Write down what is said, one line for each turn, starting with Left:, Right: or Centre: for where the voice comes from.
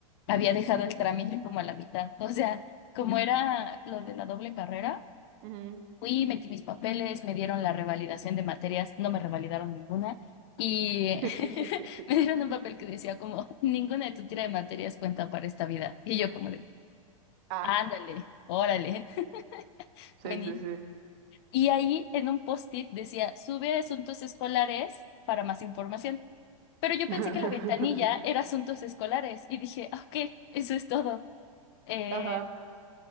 Left: había
Right: Ujú,
Left: dejado
Right: ujú,
Left: el trámite como a la mitad. O sea, como era lo de la doble carrera.
Right: ujú.
Left: Fui, metí mis papeles, me dieron la revalidación de materias, no me revalidaron ninguna y
Right: <laughs>
Left: <laughs> me dieron un papel que decía como, ninguna de tu tira de materias cuenta para esta vida. Y yo como de,
Right: Ah,
Left: ándale, órale, <laughs>
Right: sí,
Left: buenísimo.
Right: sí, sí.
Left: Y ahí en un post-it decía, sube asuntos escolares para más información. Pero yo
Right: <laughs>
Left: pensé que la ventanilla era asuntos escolares y dije, "Ah, ok, eso es todo. Eh,
Right: Ajá.